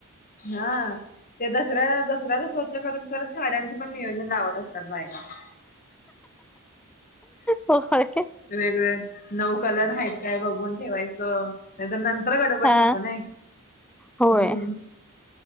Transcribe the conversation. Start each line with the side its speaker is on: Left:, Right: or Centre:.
Left: हां.. ते दसऱ्या दसऱ्याच स्वच्छ करून करत साड्यांचं पण नियोजन लावत असतात बायका. <unintelligible>
Centre: होय.
Left: वेगळे नऊ कलर आहेत काय बघून ठेवायचं, नाही तर नंतर गडबड
Centre: हा
Left: नको नयी.
Centre: होय
Left: हम्म